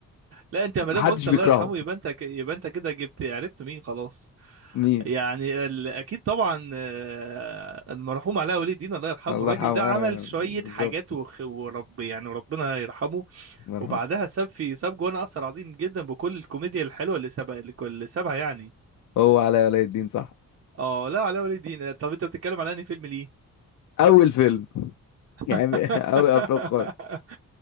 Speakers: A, on the right; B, on the left.
A: لا انت ما
B: محدش
A: دام قلت
B: بيكرهه
A: الله يرحمه يبقى انت ك- يبقى انت كده جبت عرفت مين خلاص
B: مين
A: يعني ال... اكيد طبعا آه، المرحوم علاء ولي الدين الله يرحمه
B: الله
A: الراجل
B: يرحمه
A: ده عمل
B: آه
A: شويه
B: بالظبط
A: حاجات وخ... ورب يعني وربنا يرحمه
B: الله يرحمه
A: وبعدها ساب في ساب جوانا اثر عظيم جدا بكل الكوميديا الحلوه اللي سابها اللي اللي سابها يعني
B: هو علاء ولي الدين صح
A: اه لا علاء ولي الدين طب انت بتتكلم على انهي فيلم ليه
B: اول فيلم <laughs>
A: <laughs>
B: يعني اول افلام خالص